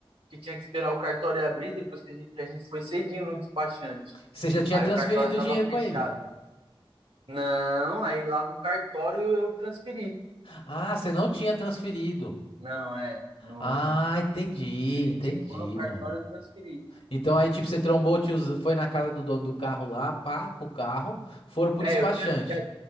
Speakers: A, on the right; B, on the left.
A: que tinha que esperar o cartório abrir depois que a gente, que a gente foi cedinho no despachante.
B: você já tinha
A: Aí
B: transferido
A: o cartório estava
B: o dinheiro
A: fechado.
B: pra ele.
A: Não, aí lá no cartório eu transferi.
B: Ah, você não tinha transferido.
A: Não, é. No,
B: Ah, entendi,
A: quando a gente
B: entendi,
A: chegou no cartório,
B: mano.
A: eu transferi.
B: Então aí, tipo, você trombou, o tioz- foi na casa do dono do carro lá, pá, com o carro, foram pro
A: É,
B: despachante.
A: eu tinha, já,